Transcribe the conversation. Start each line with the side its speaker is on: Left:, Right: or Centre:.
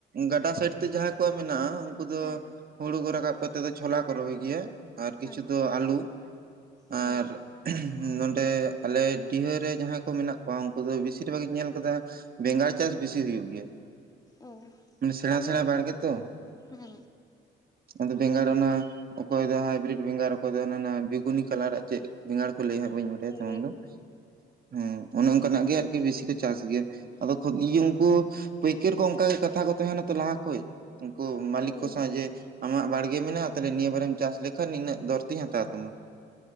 Right: ᱜᱟᱰᱟ ᱥᱟᱭᱤᱰ ᱛᱮ ᱡᱟᱸᱦᱟᱸᱭ ᱠᱚᱣᱟᱜ ᱢᱮᱱᱟᱜᱼᱟ ᱩᱱᱠᱩ ᱫᱚ
Left: ᱦᱮᱸ
Right: ᱦᱩᱲᱩ ᱠᱚ ᱨᱟᱠᱟᱵ ᱠᱟᱛᱮᱫ ᱫᱚ ᱪᱷᱳᱞᱟ ᱠᱚ ᱨᱚᱦᱚᱭ ᱜᱮᱭᱟ ᱟᱨ ᱠᱤᱪᱷᱩ
Left: ᱦᱮᱸ
Right: ᱫᱚ ᱟᱹᱞᱩ
Left: ᱦᱮᱸ
Right: ᱟᱨ ᱱᱚᱰᱮ ᱟᱞᱮ ᱰᱤᱦᱟᱹᱨᱮ ᱡᱟᱸᱦᱟᱸᱭ ᱠᱚ ᱢᱮᱱᱟᱜ ᱠᱚᱣᱟ ᱩᱱᱠᱩ ᱫᱚ ᱵᱮᱥᱤᱨ ᱵᱷᱟᱜ ᱤᱧ ᱧᱮᱞ ᱠᱟᱫᱟ ᱵᱮᱜᱟᱲ ᱪᱟᱥ ᱵᱮᱥᱤ ᱦᱩᱭᱩᱜ ᱜᱮᱭᱟ᱾
Left: ᱚ
Right: ᱢᱟᱱᱮ ᱥᱮᱬᱟ
Left: ᱟᱞᱮ
Right: ᱥᱮᱬᱟ ᱵᱟᱲᱜᱮ ᱛᱚ,
Left: ᱦᱮᱸ
Right: ᱟᱫᱚ ᱵᱮᱸᱜᱟᱲ ᱚᱱᱟ ᱚᱠᱚᱭ ᱫᱚ ᱦᱟᱭᱵᱨᱤᱰ ᱵᱮᱸᱜᱟᱲ ᱚᱠᱚᱭ ᱫᱚ ᱵᱮᱜᱩᱱᱤ ᱠᱟᱞᱟᱨᱟᱜ ᱪᱮᱫ ᱵᱮᱸᱟᱲ ᱠᱚ ᱞᱟᱹᱭᱭᱟᱜ ᱵᱟᱹᱧ ᱰᱟᱭᱟ
Left: ᱦᱮᱸᱫᱮ
Right: ᱛᱮᱢᱚᱱ ᱫᱚ
Left: ᱵᱮᱸᱜᱟᱲ
Right: ᱦᱮᱸ ᱚᱱᱮ ᱚᱱᱠᱟᱱᱟᱜ ᱜᱮ ᱟᱨᱠᱤ ᱵᱮᱥᱤ ᱠᱚ ᱪᱟᱥ ᱜᱮᱭᱟ᱾ ᱟᱫᱚ ᱠᱷᱚ ᱤᱭᱟᱹ ᱩᱱᱠᱩ ᱯᱟᱹᱭᱠᱟᱹᱨ ᱠᱚ ᱚᱱᱠᱟ ᱜᱮ ᱠᱟᱛᱷᱟ ᱠᱚ ᱛᱟᱦᱮᱸᱱᱟ ᱛᱚ ᱞᱟᱦᱟ ᱠᱷᱚᱡ᱾ ᱩᱝᱠᱩ ᱢᱟᱞᱤᱠ
Left: ᱦᱮᱸ
Right: ᱠᱚ ᱥᱟᱶ ᱡᱮ ᱟᱢᱟᱜ ᱵᱟᱲᱜᱮ ᱢᱮᱱᱟᱜᱼᱟ ᱛᱟᱦᱚᱞᱮ ᱱᱤᱭᱟᱹ ᱵᱟᱨᱮᱢ ᱪᱟᱥ ᱞᱮᱠᱷᱟᱱ ᱱᱤᱱᱟᱹᱜ ᱫᱚᱨ ᱛᱮᱧ ᱦᱟᱛᱟᱣ ᱛᱟᱢᱟ᱾